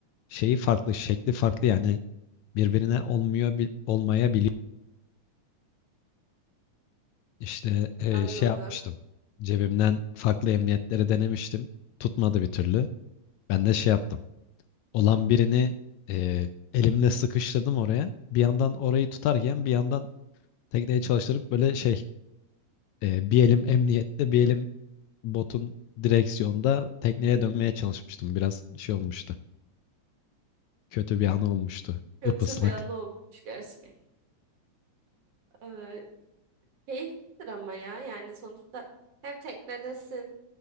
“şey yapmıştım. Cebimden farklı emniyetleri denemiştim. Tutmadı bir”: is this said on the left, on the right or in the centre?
Left